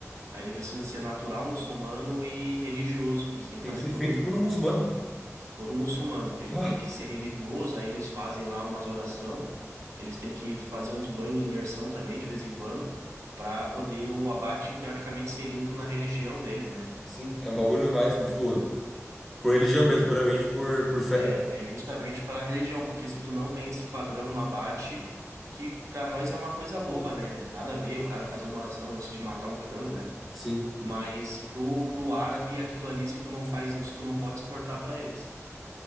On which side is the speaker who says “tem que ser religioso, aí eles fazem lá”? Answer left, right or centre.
Right